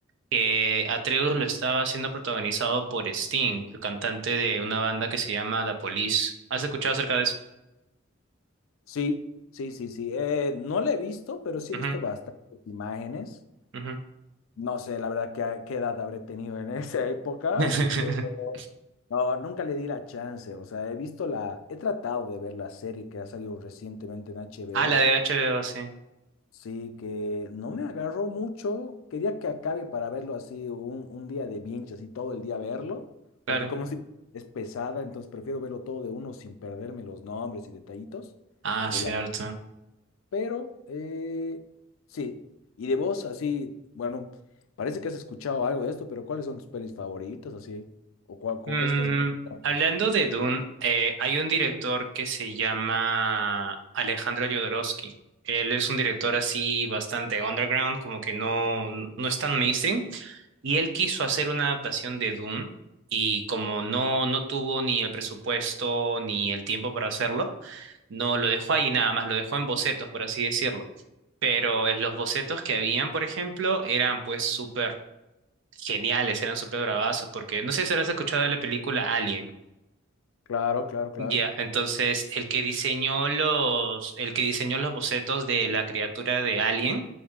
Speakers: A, on the right; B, on the left.
A: que Atreus lo estaba siendo protagonizado por Sting, el cantante de una banda que se llama The Police. ¿Has escuchado acerca de eso?
B: Sí, sí, sí, sí. Eh, no la he visto, pero sí he
A: Ujú,
B: visto bastantes imágenes.
A: ujú.
B: No sé, la verdad, qué, a- qué edad habré tenido en <laughs> esa época,
A: <laughs>
B: pero no, nunca le di la chance. O sea, he visto la, he tratado de ver la serie que ha salido recientemente en HBO.
A: Ah, la de HBO, sí,
B: Sí, que no me agarró mucho. Quería que acabe para verlo así un, un día de binge, así todo el día verlo,
A: claro.
B: porque como si es pesada, entonces prefiero verlo todo de uno sin perderme los nombres y detallitos.
A: Ah,
B: de
A: cierto.
B: la pero eh, sí, y de vos, así, bueno, parece que has escuchado algo de esto, pero ¿cuáles son tus pelis favoritas, así? ¿O cuál, o
A: Mm,
B: qué estás viendo?
A: hablando de Dune, eh, hay un director que se llama Alejandro Jodorowsky. Él es un director así bastante underground, como que no, no es tan mainstream. Y él quiso hacer una adaptación de Dune y como no, no tuvo ni el presupuesto ni el tiempo para hacerlo, no lo dejó ahí nada más, lo dejó en bocetos, por así decirlo. Pero en los bocetos que habían, por ejemplo, eran pues súper geniales, eran súper bravazos, porque no sé si habrás escuchado de la película Alien.
B: Claro, claro, claro.
A: Ya, entonces el que diseñó los, el que diseñó los bocetos de la criatura de Alien